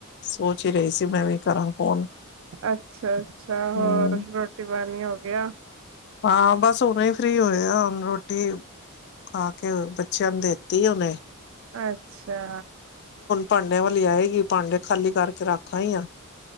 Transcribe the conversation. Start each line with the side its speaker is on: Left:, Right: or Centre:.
Left: ਸੋਚ ਹੀ ਰਹੀ ਸੀ ਮੈਂ ਵੀ ਕਰਾਂ ਫੋਨ
Right: ਅੱਛਾ- ਅੱਛਾ ਹੋਰ
Left: ਹੂੰ,
Right: ਰੋਟੀ- ਪਾਣੀ ਹੋ ਗਿਆ।
Left: ਹਾਂ ਬਸ ਹੁਨੇ ਹੀ ਫ੍ਰਰੀ ਹੋਏ ਆ, ਹੁਣ ਰੋਟੀ ਖਾ ਕੇ ਬੱਚਿਆਂ ਨੂੰ ਦੇਤੀ ਹੁਨੇ।
Right: ਅੱਛਾ।
Left: ਭਾਂਡਿਆਂ ਵਾਲੀ ਆਏਗੀ ਭਾਂਡੇ ਖਾਲੀ ਕਰਕੇ ਰੱਖ ਆਈ ਆ।